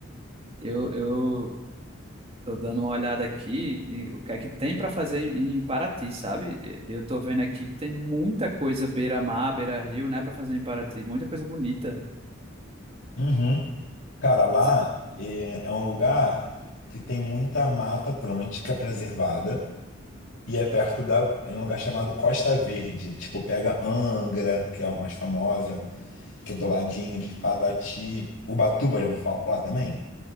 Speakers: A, on the right; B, on the left.
A: eu, eu tô dando uma olhada aqui e o que é que tem para fazer em em Paraty, sabe? E- Eu tô vendo aqui que tem muita coisa beira-mar, beira-rio, né, para fazer em Paraty, muita coisa bonita.
B: Uhum. Cara, lá
A: Se-
B: é, é um lugar que tem muita mata atlântica preservada e é perto da. É um lugar chamado Costa Verde. Tipo, pega Angra, que é o mais famosa, que é do ladinho de Paraty. Ubatuba, já ouviu falar também?